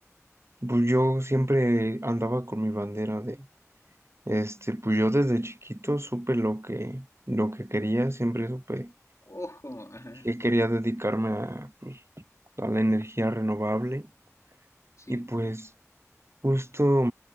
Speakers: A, on the right (about 55°); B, on the left (about 70°).
A: pues yo siempre andaba con mi bandera de, este, pues yo desde chiquito supe lo que, lo que quería, siempre supe
B: Ojo, ajá,
A: que quería dedicarme a, a la energía renovable
B: sí.
A: y pues Justo,